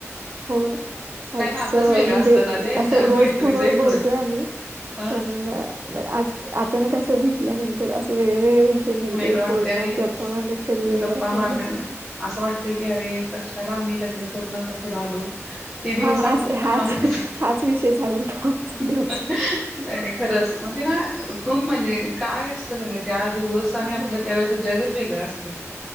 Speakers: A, on the right; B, in the centre.
A: हो. आज
B: नातच
A: म्हणजे
B: वेगळं असतं ना ते
A: तस रोज
B: मैत्रीच
A: फोनवर
B: एक
A: बोलतोय
B: होय
A: आम्ही
B: हा
A: पण म आज अचानक असं भेटल्यानंतर असं वेगळेवेगळे ते निघले
B: वेगळं वाटतंय
A: बोलण्यात
B: आणि
A: गप्पा मारण्यात कधी वेळ
B: गप्पा
A: गेयला
B: मारण्यात
A: कळालाच नाही.
B: असं वाटतय की अरे कशाला आम्ही लग्न करून आता पुढे आलो. ते दिवस
A: हा
B: आठवले
A: असं
B: का
A: हाच
B: आम्ही तिथं
A: हाच विषय चालू होताो आमचा. दिवसभर.
B: नाही नाही खरच म्हणजे ना खूप म्हणजे काय असत. नाही त्या दिवस आणि
A: अ
B: आपलं त्यावेळेच जगच वेगळा असते.